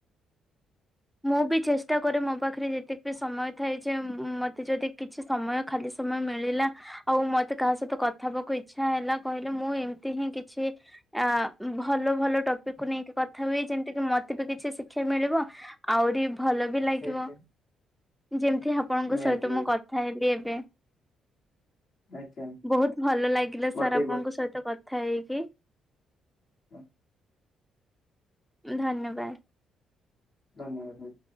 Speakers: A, in the centre; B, on the left.
A: ମୁଁ ବି ଚେଷ୍ଟା କରେ ମୋ ପାଖରେ ଯେତିକ ବିି ସମୟ ଥାଏ ଯେ ମତେ ଯଦି କିଛି ସମୟ ଖାଲି ସମୟ ମିଳିଲା ଆଉ ମତେ କାହା ସହିତ କଥା ହେବାକୁ ଇଚ୍ଛା ହେଲା କହିଲେ ମୁଁ ଏମିତି ହିଁ କିଛି ଅ ଭଲ ଭଲ ଟପିକ କୁ ନେଇକି କଥା ହୁଏ ଯେମିତି କିି ମତେ ବି କିଛି ଶିକ୍ଷା ମିଳିବ ଆହୁରି ଭଲ ବି ଲାଗିବ
B: ଠିକ୍ ଠିକ୍
A: ଯେମତି ଆପଣଙ୍କ
B: ନିହାତି
A: ସହିତ
B: ଭାବେ
A: ମୁଁ କଥା ହେଲି ଏବେ।
B: ଆଜ୍ଞା
A: ବହୁତ ଭଲ ଲାଗିଲା ସାର୍
B: ମତେ
A: ଆପଣଙ୍କ
B: ବି
A: ସହିତ କ ଥାଏ କିି?
B: ହ
A: ଧନ୍ୟବାଦ।
B: ଧନ୍ୟବାଦ।